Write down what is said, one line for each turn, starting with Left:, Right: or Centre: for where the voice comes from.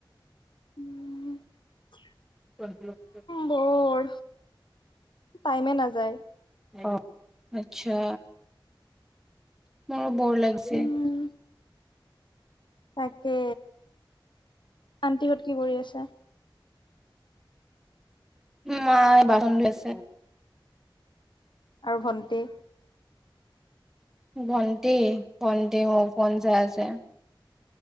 Left: উম <unintelligible>
Centre: <unintelligible>
Left: বৰ টাইমে নাযায়।
Centre: অ আত্চ্ছা মোৰ বৰ লাগিছে।
Left: উম তাকে আনটিহঁত কি কৰি আছে?
Centre: মাই বাচন ধুই আছে।
Left: আৰু ভণ্টি?
Centre: ভণ্টি ভণ্টি মোৰ ফোন চাই আছে।